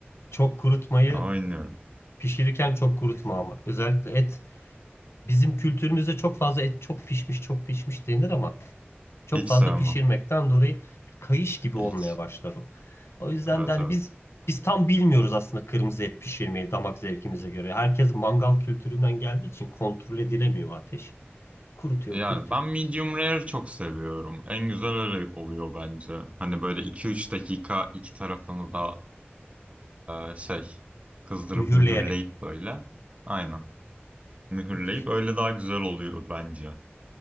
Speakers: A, on the left; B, on the right.
A: Çok kurutmayı
B: Ama bilmiyorum.
A: pişirirken çok kurutma ama. Özellikle et. Bizim kültürümüzde çok fazla et çok pişmiş, çok pişmiş denir ama çok
B: Hiç
A: fazla
B: sevmem.
A: pişirmekten dolayı kayış gibi olmaya
B: Hiç.
A: başlar o. O yüzden
B: Evet
A: de hani
B: evet.
A: biz biz tam bilmiyoruz aslında kırmızı et pişirmeyi damak zevkimize göre. Herkes mangal kültüründen geldiği için kontrol edilemiyor ateş. Kurutuyor,
B: Yani
A: kurutuyor.
B: ben medium rare çok seviyorum. En güzel öyle oluyor bence. Hani böyle iki üç dakika iki tarafını da eee, şey kızdırıp
A: Mühürleyerek.
B: mühürleyip böyle. Aynen. Mühürleyip
A: Müthiş.
B: öyle daha güzel oluyor bence.